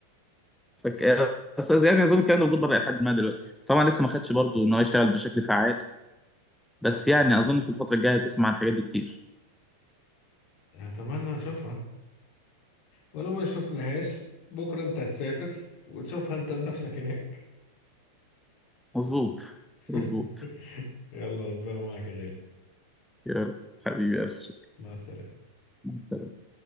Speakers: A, in the centre; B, on the left (about 45°).
A: فك... بس يعني اظن الكلام ده موجود بره لحد ما دلوقتي طبعا لسه ما خدش برضه ان هو يشتغل بشكل فعال بس يعني اظن في الفتره الجايه هتسمع عن الحاجات دي كتير
B: أتمنى نشوفها ولو ما شفناهاش بكرة أنت هتسافر وتشوفها أنت بنفسك هناك
A: مظبوط
B: <laughs>
A: مظبوط
B: يلا ربنا معك يا غالي
A: يا رب حبيبي ألف
B: مع السلامة
A: شكر